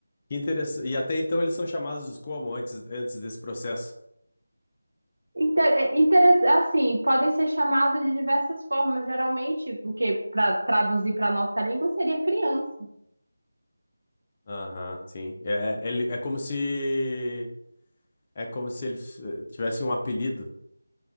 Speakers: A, on the left (about 25°); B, on the right (about 75°).
A: Que interessante. E até então eles são chamados como antes, antes desse processo?
B: Inter inter- assim, podem ser chamadas de diversas formas, geralmente, porque para traduzir para a nossa língua seria criança,
A: Aham, sim. É, é, ele- é como se é como se eles eh, tivessem um apelido.